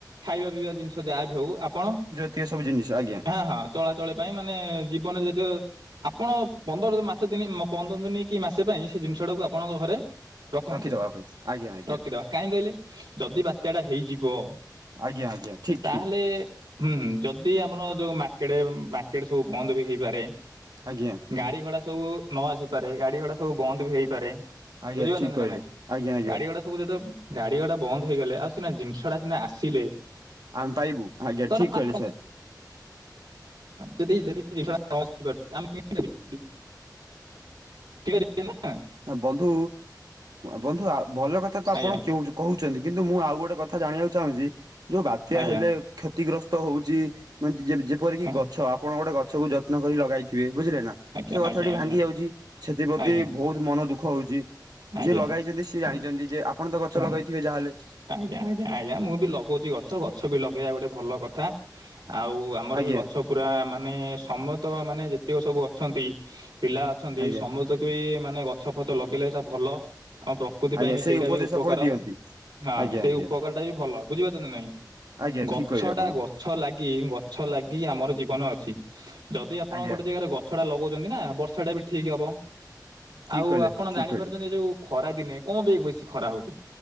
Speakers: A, on the right; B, on the right.
A: ଖାଇବା ପିଇବା ଜିନିଷ ଯାହାବି ହଉ ଆପଣ
B: କେ ଏସବୁ ଜିନିଷ, ଆଜ୍ଞା।
A: ହଁ ହଁ, ଚଳାଚଳ ପାଇଁ ମାନେ ଜୀବନରେ ଜାତୀୟ ଆପଣ ପନ୍ଦର ମାସେ ଦିନ ପନ୍ଦର ଦିନ କି ମାସେ ପାଇଁ ସେ ଜିନିଷ ଟାକୁ ଆପଣଙ୍କ ଘରେ ରଖନ୍ତୁ।
B: ରଖିଦବା ପାଇଁ ଆଜ୍ଞା ଆଜ୍ଞା
A: ରଖିଦବା କାହିଁ କହିଲେ? ଯଦି ବାତ୍ୟା ଟା ହେଇଯିବ
B: ଆଜ୍ଞା, ଆଜ୍ଞା। ଠିକ୍
A: ତାହେଲେ
B: ଠିକ।
A: ହୁଁ ହୁଁ, ଯଦି ଆମର ଯଉ ମାର୍କେଟ ମାର୍କେଟ ସବୁ ବନ୍ଦ ବି ହେଇପାରେ।
B: ଆଜ୍ଞା।
A: ଗାଡ଼ି, ଘୋଡ଼ା ସବୁ ନ ଆସିପାରେ। ଗାଡ଼ି, ଘୋଡ଼ା ସବୁ ବନ୍ଦ ବି ହୋଇଇପାରେ।
B: ଆଜ୍ଞା
A: ବୁଝିପାରୁଛନ୍ତି
B: ଠିକ୍
A: ନା,
B: କହିଲେ
A: ନାଇଁ?
B: ଆଜ୍ଞା ଆଜ୍ଞା
A: ଗାଡି ଘୋଡ ସବୁ ଯେତେ ଗାଡି ଘୋଡା ବନ୍ଦ ହେଇଗଲେ। ଆଉ ସିନା ଜିନିଷ ଟା ସିନା ଆସିଲେ
B: ଆମେ ପାଇବୁ, ଆଜ୍ଞା,
A: ଧର
B: ଠିକ୍
A: ଆପଣ
B: କହିଲେ ସାର୍।
A: ଯଦି ଯି ଆମେ କେ <unintelligible> କି କରିେ ନା <unintelligible>
B: ହ ବନ୍ଧୁ ବନ୍ଧୁ ଆ ଭଲ କଥା ତ ଆପଣ
A: ଆଜ୍ଞା
B: କ କହୁଛନ୍ତି। କିନ୍ତୁ ମୁଁ ଆଉ ଗୋଟେ କଥା କଥା ଜାଣିବାକୁ ଚାହୁଁଛି ଯୋଉ ବାତ୍ୟା
A: ଆଜ୍ଞା
B: ହେଲେ
A: ଆଜ୍ଞା
B: କ୍ଷତିଗ୍ରସ୍ତ ହଉଚି ଯେପରିକି
A: ହଁ,
B: ଗଛ ଆପଣ ଗୋଟେ ଗଛକୁ ଯତ୍ନ କରି ଲଗାଇଥିବେ, ବୁଝିଲେ ନା?
A: ଆଜ୍ଞା
B: ସେ ଗଛଟି
A: ଆଜ୍ଞା ଆଜ୍ଞା
B: ଭାଙ୍ଗି ଯାଉଚି। ସେଥିପ୍ରତି
A: ଆଜ୍ଞା
B: ବହୁତ ମନ ଦୁଃଖ ହଉଚି।
A: ଆଜ୍ଞା
B: ଯିଏ ଲଗାଇଛନ୍ତି ସିଏ
A: ଶୁଣ,
B: ଜାଣିଛନ୍ତି। ଯେ ଆପଣ ତ ଗଛ
A: ଶୁଣ,
B: ଲଗେଇଥିବେ ଯାହାହେଲେ
A: ଆଜ୍ଞା ଆଜ୍ଞା ଆଜ୍ଞା, ମୁଁ ବି ଲଗଉଛି ଗଛ। ଗଛ ବି ଲଗେଇବା ଗୋଟେ ଭଲ କଥା। ଆଉ ଆମର
B: ଆଜ୍ଞା
A: ବି ଗଛ ପୁରା ମାନେ ସମେତ ମାନେ ଯେତିକ ସବୁ ଅଛନ୍ତି ପିଲା ଅ ଅଛନ୍ତି।
B: ଆଜ୍ଞା
A: ସମସ୍ତକୁ ବି ମାନେ ଗଛ ଫଛ ଲଗେଇଲେ ସେଇଟା ଭଲ। ଆମ ପ୍ରକୃତି
B: ଆଜ୍ଞା
A: ପାଇଁ ବି
B: ସେଇ
A: ସେଇଟା
B: ଉପଦେଶ
A: ବି ଉପକାର।
B: ଆପଣ ଦିଅନ୍ତି
A: ହଁ
B: ଆଜ୍ଞା
A: ସେଇ
B: ଆଜ୍ଞା
A: ଉପକାର ଟା ବି ଭଲ, ବୁଝିପାରୁଚନ୍ତି ନା ନାଇଁ?
B: ଆଜ୍ଞା
A: ଗଛ
B: ଠିକ କହିଲେ ଆପଣ
A: ଟା ଗ ଗଛ ଲାଗି ଗଛ ଲାଗି ଆମର ଜୀବନ ଅଛି। ଯଦି ଆପଣ
B: ଆଜ୍ଞା
A: ଗୋଟେ ଜାଗାରେ ଗ ଗଛ ଟା ଲଗଉଛନ୍ତି ନା ବର୍ଷାଟା ବି ଠିକ ହବ।
B: ଠିକ
A: ଆଉ
B: କହିଲେ
A: ଆପଣ
B: ଠିକ
A: ଜାଣିପାରୁଛନ୍ତି
B: କହିଲେ
A: ଯୋଉ ଖରା ଦିନେ କଣ ପାଇଁ ବେଶୀ ଖରା ହଉଚି?